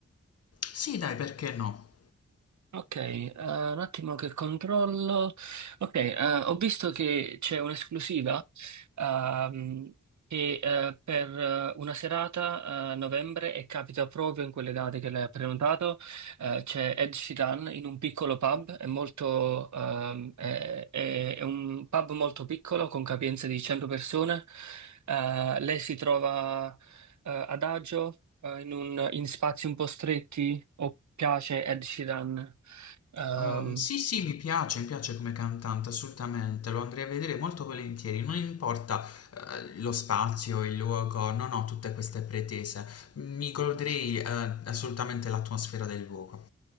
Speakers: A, on the left; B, on the right.
A: Sì, dai, perché no?
B: Ok, eh, un attimo che controllo. Ok, eh, ho visto che c'è un'esclusiva ehm, che eh, per eh, una serata eh, a novembre e capita proprio in quelle date che lei ha prenotato. eh, c'è Ed Sheeran in un piccolo pub, è molto, ehm, è, è- è un pub molto piccolo con capienza di 100 persone. Eh, lei si trova eh, ad agio eh, in, un- in spazi un po' stretti o piace Ed Sheeran? Ehm,
A: Ehm, sì, sì, mi piace, mi piace come cantante, assolutamente, lo andrei a vedere molto volentieri, non importa, eh, lo spazio, il luogo, non ho tutte queste pretese, mi goderei, eh, assolutamente l'atmosfera del luogo.